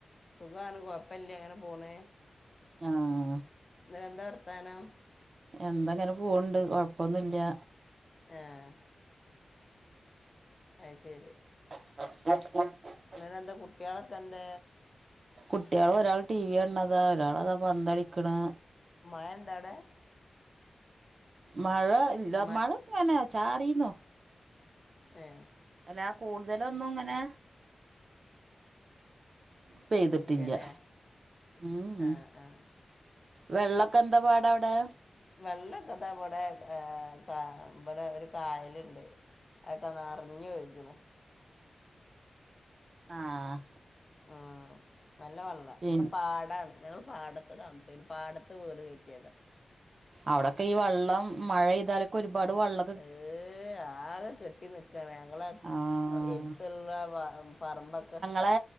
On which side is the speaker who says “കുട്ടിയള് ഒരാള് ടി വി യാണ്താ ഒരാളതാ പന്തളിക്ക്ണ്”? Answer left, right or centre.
Right